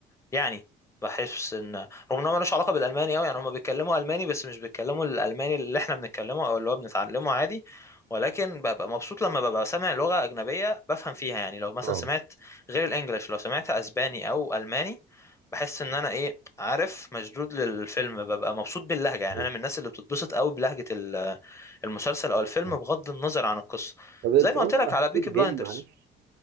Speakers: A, on the left; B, on the right.
A: يعني بحس ان رغم ان هو ملوش علاقه بالالماني قوي يعني هم بيتكلموا الماني بس مش بيتكلموا الالماني اللي احنا بنتكلمه او اللي هو بنتعلمه عادي ولكن ببقى مبسوط لما ببقى سامع لغه اجنبيه بفهم فيها يعني لو مثلا
B: اه
A: سمعت غير الانجليش لو سمعت اسباني او الماني بحس ان انا ايه عارف مشدود للفيلم ببقى مبسوط باللهجه يعني
B: آه.
A: انا من الناس اللي بتتبسط قوي بلهجه ال- المسلسل او الفيلم
B: آه.
A: بغض النظر عن القصه
B: طب اتفرجت
A: زي ما قلت لك
B: على
A: على بيكي
B: سكويد
A: بلايندرز
B: جيم معلش